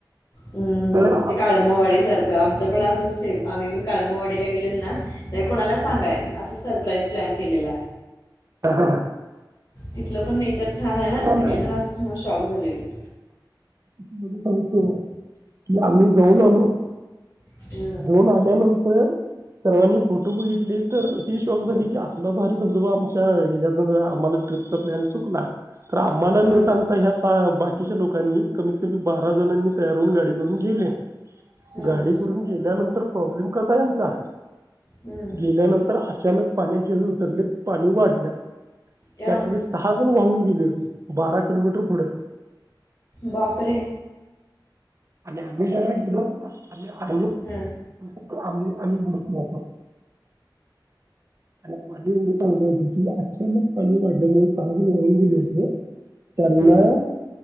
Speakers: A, on the left (about 55°); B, on the right (about 40°).
A: हम्म
B: तर आमच्या
A: ते काळंबावाडी
B: ईर्ष्येवर
A: सारखं आमचं पण असच सेम आम्ही पण काळम वाडीला गेलेल ना ते कोणाला सांगाय नाही असं सरप्राईज प्लॅन केलेला
B: हा हा
A: तिथलं पण नेचर छान आहे ना सगळेजण
B: आलो
A: असंच म शॉक झालेले
B: तो कि आम्ही जाऊन आलो
A: हं.
B: दोन आल्यानंतर सर्वांनी फोटो बघितले तर हे शॉक झाले की अस भ धबबा आम त आम्हाला ट्रिपचा प्लॅन चुकला तर आम्हाला
A: हं.
B: न सांगता ह्या बाकीच्या लोकांनी कमीत कमी बारा जणांनी तयार होऊन गाडी करून गेले
A: हं.
B: गाडी करून गेल्यानंतर प्रॉब्लेम कसा यांचा
A: हं.
B: गेल्यानंतर अचानक पाण्यात जे उतरले पाणी वाढ लं
A: या
B: त्यातली सहा वाहून गेली होती बारा किलोमीटर पुढं
A: बापरे
B: आणि आमही जे गेलोतो ना अ
A: हं
B: आम्ही आम्ही गुडत नवतो आणि पाणी एवड आणले होते कि अचानक पाणी वाढल्यामुळे सहावी वाहून गेले होते त्यांना
A: हं,